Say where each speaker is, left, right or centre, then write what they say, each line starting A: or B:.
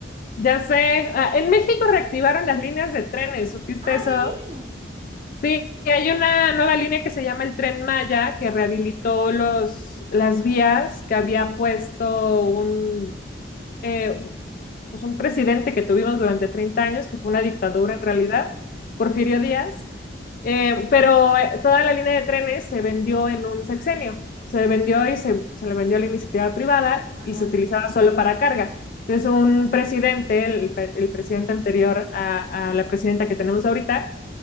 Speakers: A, on the left; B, on the right.
A: Ya sé, ah, en México reactivaron las líneas de trenes, ¿supiste
B: Ah,
A: eso?
B: re bien.
A: Sí, y hay una nueva línea que se llama el Tren Maya, que rehabilitó los, las vías que había puesto un, eh, pues un presidente que tuvimos durante 30 años, que fue una dictadura
B: Mirá,
A: en realidad, Porfirio Díaz, Eh, pero eh, toda la línea de trenes se vendió en un sexenio. Se vendió y se, se le vendió a la iniciativa privada
B: Ajá,
A: y se utilizaba solo para carga. Entonces, un presidente, el, pe- el presidente anterior a, a la presidenta que tenemos ahorita,